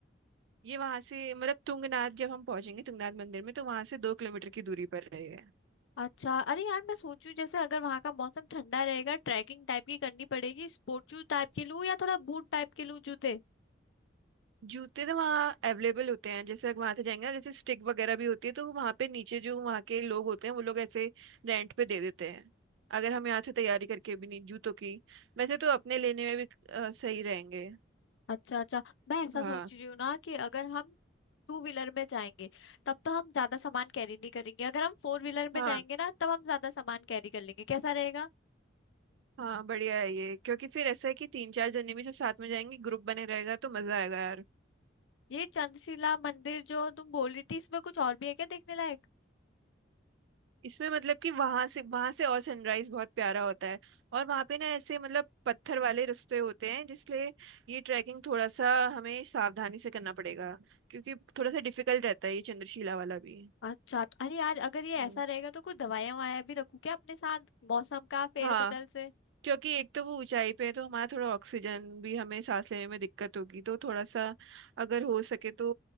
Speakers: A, on the right; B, on the left.
A: ये वहां से मतलब तुंगनाथ जब हम पहुंचेंगे तुंगनाथ मंदिर में तो वहां से दो किलोमीटर की दूरी पर रहेगा
B: अच्छा अरे यार मैं सोचू जैसे अगर वहां का मौसम ठंडा रहेगा ट्रैकिंग टाइप की करनी पड़ेगी स्पोर्ट शूज टाइप के लूँ या थोड़ा बूट टाइप के लूँ जूते
A: जूते तो वहाँ अवेलेबल होते हैं जैसे वहां से जाएंगे जैसे स्टिक वगैरह भी होती है तो वहां पे नीचे जो वहाँ के लोग होते हैं वो लोग ऐसे रेंट पे दे देते हैं अगर हम यहाँ से तैयारी करके भी नहीं जूतों की वैसे तो अपने लेने में भी अ, सही रहेंगे
B: अच्छा अच्छा मैं ऐसा
A: हाँ
B: सोच रही हूँ ना कि अगर हम टू व्हीलर में जाएंगे तब तो हम ज्यादा सामान कैरी नहीं करेंगे अगर हम फोर व्हीलर में
A: हाँ
B: जाएंगे ना तब हम ज्यादा सामान कैरी कर लेंगे कैसा रहेगा
A: हाँ बढ़िया है ये क्योंकि फिर ऐसा है कि तीन चार जने भी सब साथ में जाएंगे ग्रुप बने रहेगा तो मजा आएगा यार
B: ये चंद्रशिला मंदिर जो तुम बोल रही थी इसमें कुछ और भी है क्या देखने लायक
A: इसमें मतलब कि वहां से वहां से और सनराइज बहुत प्यारा होता है और वहां पे ना ऐसे मतलब पत्थर वाले रास्ते होते हैं जिसलिए ये ट्रैकिंग थोड़ा सा हमें सावधानी से करना पड़ेगा क्योंकि थोड़ा सा डिफिकल्ट रहता है ये चंद्रशिला वाला भी
B: अच्छा तो अरे यार अगर ये
A: हम्म।
B: ऐसा रहेगा तो कुछ दवाइयां वाया भी रखूं क्या अपने साथ मौसम का फेर
A: हाँ
B: बदल से
A: क्योंकि एक तो वो ऊंचाई पे है तो हमारा थोड़ा ऑक्सीजन भी हमें सांस लेने में दिक्कत होगी तो थोड़ा सा अगर हो सके तो